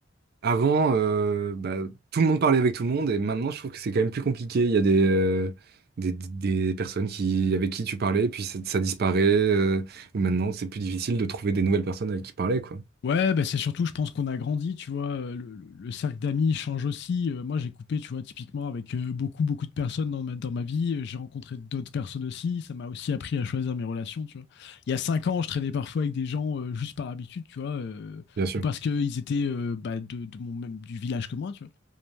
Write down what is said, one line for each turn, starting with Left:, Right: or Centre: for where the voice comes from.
Right: avant, euh, bah, tout le monde parlait avec tout le monde, et maintenant je trouve que c'est quand même plus compliqué. Il y a des, euh, des, des- des personnes qui, avec qui tu parlais, puis ça, ça disparaît, euh, ou maintenant c'est plus difficile de trouver des nouvelles personnes avec qui parler, quoi.
Left: Ouais, bah c'est surtout, je pense qu'on a grandi, tu vois. euh, Le, le- le cercle d'amis change aussi. Euh, moi, j'ai coupé, tu vois, typiquement avec euh, beaucoup, beaucoup de personnes dans ma, dans ma vie. Euh, J'ai rencontré d'autres personnes aussi. Ça m'a aussi appris à choisir mes relations, tu vois. Il y a cinq ans, je traînais parfois avec des gens euh, juste par habitude, tu vois, euh,
Right: Bien sûr.
Left: ou parce qu'ils étaient euh, bah, de, de mon même du village que moi, tu vois.